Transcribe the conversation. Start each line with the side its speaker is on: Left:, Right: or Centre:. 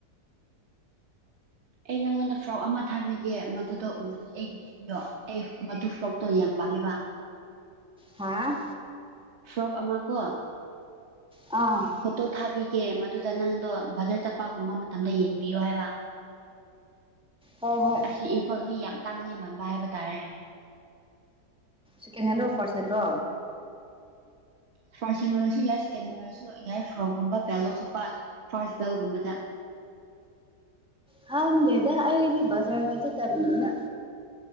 Right: ꯑꯩ ꯅꯪꯉꯣꯟꯗ ꯐ꯭ꯔꯣꯛ ꯑꯃ ꯊꯥꯕꯤꯒꯦ ꯃꯗꯨꯗ ꯎꯔꯗꯤ ꯑꯩꯒꯤꯅꯦ ꯑꯗꯣ ꯑꯩ ꯃꯗꯨ ꯐ꯭ꯔꯣꯛꯇꯣ ꯌꯥꯝ ꯄꯥꯝꯃꯦꯕ
Centre: ꯍꯥ
Right: ꯐ꯭ꯔꯣꯛ ꯑꯃ ꯀꯣ
Centre: ꯑꯥ
Right: ꯐꯣꯇꯣ ꯊꯥꯕꯤꯒꯦ ꯃꯗꯨꯗ ꯅꯪꯗꯣ ꯕꯖꯔ ꯆꯠꯄꯒꯨꯝꯕ ꯃꯇꯝꯗ ꯌꯦꯡꯕꯤꯌꯣ ꯍꯥꯏꯕ
Centre: ꯍꯣ ꯍꯣꯏ
Right: ꯁꯤ ꯏꯝꯐꯥꯜꯗꯤ ꯌꯥꯝ ꯇꯥꯡꯅꯦꯃꯟꯕ ꯍꯥꯏꯕ ꯇꯥꯔꯦ
Centre: ꯁꯦꯀꯦꯟ ꯍꯦꯟꯔꯣ ꯐꯥꯔꯠ ꯍꯦꯟꯔꯣ
Right: ꯐꯥꯔꯁ ꯍꯦꯟ ꯑꯣꯏꯔꯁꯨ ꯌꯥꯏ ꯁꯦꯀꯦꯟ ꯍꯦꯟ ꯑꯣꯏꯔꯁꯨ ꯌꯥꯏ ꯐ꯭ꯔꯣꯛꯀꯨꯝꯕ ꯕꯦꯜ ꯂꯧꯊꯣꯛꯄ ꯐꯥꯔꯁ ꯕꯦꯜꯒꯨꯝꯕꯗ
Centre: ꯈꯪꯗꯦꯗꯥ ꯑꯩꯗꯤ ꯕꯖꯔꯒ ꯆꯠꯇꯥꯕꯅꯤꯅꯥ